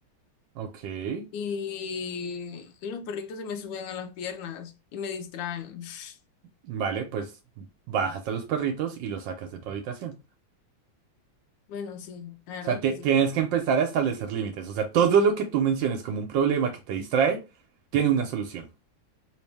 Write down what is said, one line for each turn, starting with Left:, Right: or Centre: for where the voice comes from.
Right: ok.
Left: y, y los perritos se me suben a las piernas y me distraen. <laughs>
Right: Vale, pues bajas a los perritos y los sacas de tu habitación.
Left: Bueno, sí, la verdad
Right: O sea,
Left: es
Right: te-
Left: que sí.
Right: tienes que empezar a establecer límites. O sea, todo lo que tú menciones como un problema que te distrae, tiene una solución,